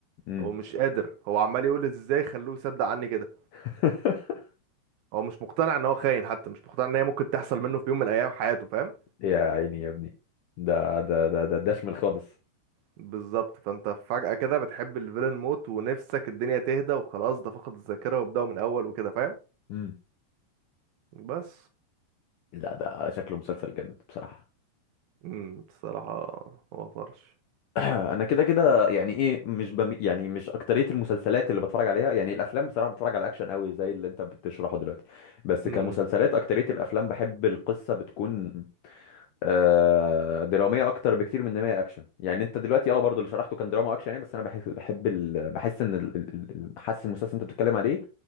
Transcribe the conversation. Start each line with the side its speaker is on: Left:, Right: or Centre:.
Left: امم
Right: هو مش قادر هو عمال يقول ازاي خلوه يصدق عني كده
Left: <laughs>
Right: هو مش مقتنع ان هو خاين حتى مش مقتنع ان هي ممكن تحصل منه في يوم من الايام حياته فاهم
Left: يا عيني يا ابني ده ده ده ده ده شمل خالص
Right: بالظبط فانت فجأة كده بتحب الفيلن موت ونفسك الدنيا تهدى وخلاص ده فقد الذاكرة وابدأوا من اول وكده فاهم
Left: امم
Right: بس
Left: لا ده شكله مسلسل جامد بصراحه
Right: امم بصراحة هو طرش
Left: <clears throat> انا كده كده يعني ايه مش بم... يعني مش اكتريه المسلسلات اللي بتفرج عليها يعني الافلام بصراحه بتفرج على اكشن قوي زي اللي انت بتشرحه دلوقتي بس
Right: امم
Left: كمسلسلات اكتريه الافلام بحب القصه بتكون آه، دراميه اكتر بكتير من ان هي اكشن يعني انت دلوقتي اه برضو اللي شرحته كان دراما اكشن يعني بس انا بحب بحب ال... بحس ان ال... ال- ال- حاسس المسلسل اللي انت بتتكلم عليه